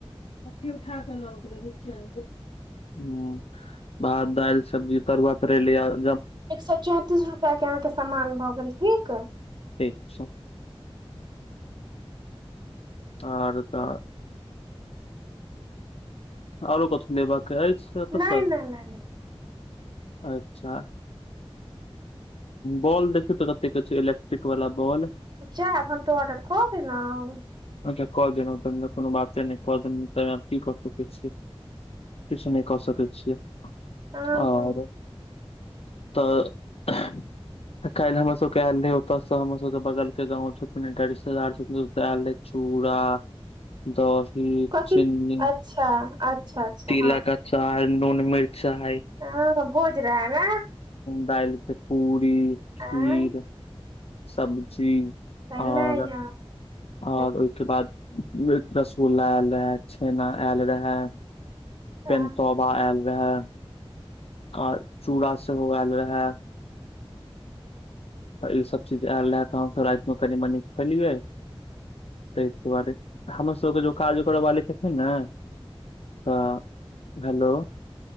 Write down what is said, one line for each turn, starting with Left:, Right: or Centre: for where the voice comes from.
Left: अथि उठा कऽ लऽ गेलै बच्चा कऽ हुँ भात दालि सब्जी तरुआ तरेआ आब
Right: एक सौ चौतीस रुपया कऽ अहाँके सामान भए गेल ठीक
Left: ठीक छै और तऽ आरो कतहु लेबाक अछि एतऽसँ
Right: नाइ नाइ नाइ नाइ
Left: अच्छा बॉल देखियो तऽ कतेक छै इलेक्ट्रिक वाला बॉल
Right: जाऽ हम तऽ ऑर्डर कऽ देेलहु
Left: अच्छा क त कोनो बात नहि कऽ देलु त की कऽ सकै छियै किछु नहि कऽ सकै छियै
Right: हँ
Left: आरो <unintelligible> त काल्हि हमर सब के आले ओतऽ से हमर सब के बगल के गाँंव छथिन एकटा रिश्तेदार छथिन ओतऽ आयल रहे चूड़ा दही
Right: कथी
Left: चिन्नी
Right: अच्छा अच्छा अच्छा
Left: तिलका
Right: हँ
Left: अचार नून मिर्चा ह
Right: हँ भोज रहै ने
Left: दालि के पूरी खीर
Right: आँ
Left: सब्जी
Right: <unintelligible>
Left: और और ओहिके बाद रसगुल्ला आयल रहे छेना आयल रहे
Right: हँ
Left: पेनतोबा आयल रहेय आ चूड़ा सेहो आयल रहै त ई सब चीज आयल रहै तऽ हमसभ रातिमे कनी मनी खैलियै ताहि दुआरे हमर सबके जो काज करऽ वाले छथिन ने तऽ हेलो